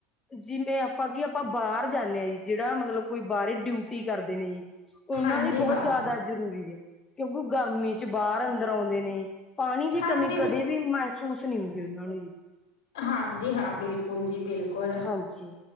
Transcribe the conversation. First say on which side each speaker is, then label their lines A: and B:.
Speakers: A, on the left; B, on the left.
A: ਜਿਣੇ ਅਪਾਂ ਕੀ ਅਪਾਂ ਬਾਰ ਜਾਣੇ ਹਾਂ ਯੀ, ਜੇੜਾ ਮਤਲਬ ਕੋਈ ਬਾਰੇ ਡਿਊਟੀ ਕਰਦੇ ਨੇ ਯੀ ਓਨਾ
B: ਹਾਂਜੀ
A: ਲਈ ਬੋਤ
B: ਹਾਂ
A: ਜਾਦਾ ਜਰੂਰੀ ੲੈ, ਕਿ ਓਹੋ ਗਰਮੀ ਚ ਬਾਰ ਅੰਦਰ ਓਦੇ ਨੇ, ਪਾਣੀ ਦੀ
B: ਹਾਂਜੀ
A: ਕਮੀ ਕਦੇ ਵੀ ਮੈਸੂਸ ਨੀ ਹੁੰਦੀ ਓਨਾਂ ਨੂੰ ਯੀ।
B: ਹਾਂਜੀ ਹਾਂ ਬਿਲਕੁਲ ਜੀ ਬਿਲਕੁਲ,
A: ਹਾਂਜੀ